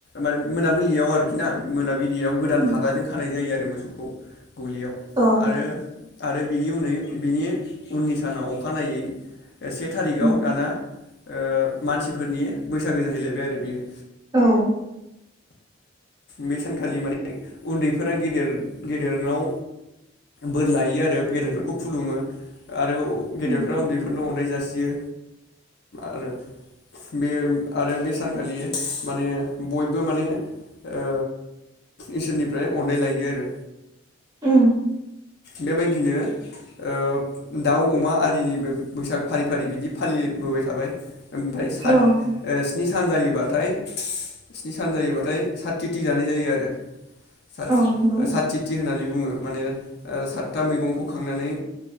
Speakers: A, on the left (about 50°); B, on the right (about 20°).
A: माने मोना बिलियाव आरोखि ना मोना बिलियाव गोदान
B: उम
A: फागाजों खानाय जायो आरो मोसौखौ। गलियाव
B: अ
A: आरो आरो बिनि उनै बिनि उननि सानाव अखानायै से थारिख
B: उम
A: आव दाना ओ मानसि फोरनि बैसागो जाहै लायबाय आरो बियो।
B: औ
A: बे सानखालि माने उन्दै फोरा गेदेर गेदेरनाव बोर लायो आरो गेदेर फोरखौ खुलुमो आरो गेदेरफ्रा
B: उम
A: उन्दै फोरनो अननाय जासियो। आरो बे आरो बे सानखालि माने बयबो माने ओ इसोर निफ्राय अननाय लायो आरो।
B: उम।
A: बेबायदिनो ओ दाउ अमा आरिनिबो बैसाग फारि फारि बिदि फालिबोबाय थाबाय। ओमफ्राय सात
B: औ
A: ओ स्नि सान जायोबा थाय स्नि सान जायो बाथाय सात थिथि जानाय जायो आरो। सात
B: औ नंगौ
A: सात थिथि होननानै बुङो। माने सातथा मैगंखौ खांनानै